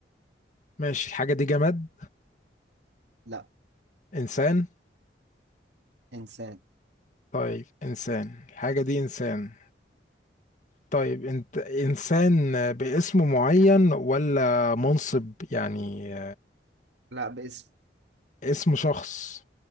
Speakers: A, on the left (about 45°); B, on the right (about 75°).
A: ماشي الحاجة دي جماد
B: لا
A: إنسان
B: إنسان
A: طيب إنسان الحاجة دي إنسان طيب انت إنسان باسم معين ولا منصب يعني
B: لا باسم
A: اسم شخص